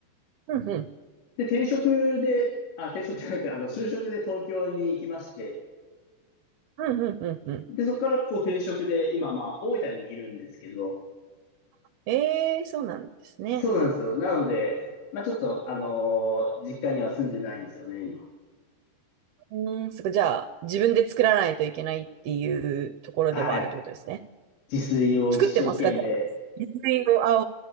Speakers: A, on the right; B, on the left.
A: うん、うん、
B: で、転職で、あ、転職じゃなくて、あの、就職で東京に行きまして、
A: うん、うん、うん。うん
B: で、そこからこう転職で、今まあ大分にいるんですけど、
A: えー、そうなんですね。
B: そうなんですよ。なので、まあちょっと、あのー実家には住んでないんですよね、今。
A: うん、そっか、じゃあ自分で作らないといけないっていうところではあるってことですね。
B: はい。自炊を一生懸命。
A: 作ってますかじゃんと自炊 <laughs> を、あ